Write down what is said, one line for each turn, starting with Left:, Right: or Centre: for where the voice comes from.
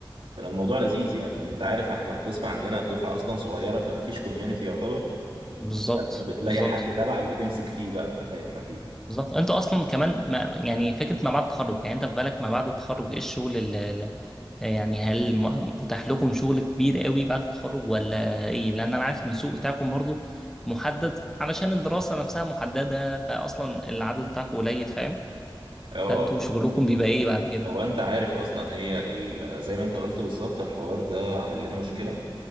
Right: كان الموضوع لذيذ يعني انت عارف احنا القسم عندنا الدفعه اصلا صغيره فما فيش كوميونتي يعتبر
Centre: بالظبط
Right: فلما بتلاقي
Centre: بالظبط
Right: حد تبعك بتمسك فيه بقى انت فاهم اكيد
Centre: بالظبط انتوا اصلا كمان ما يعني فكرة ما بعد التخرج يعني انت في بالك ما بعد التخرج ايه الشغل اللي يعني هل م- متاح لكم شغل كبير قوي بعد التخرج ولا ايه لان انا عارف ان السوق بتاعكم برضو محدد علشان الدراسة نفسها محددة فاصلا العدد بتاعكم قليل فاهم
Right: اه
Centre: فانتوا
Right: اه
Centre: شغلكم
Right: آه، مظبوط
Centre: بيبقى ايه بعد كده
Right: هو انت عارف اصلا هي ال- زي ما انت قلت بالظبط الحوار ده عامل لنا مشكله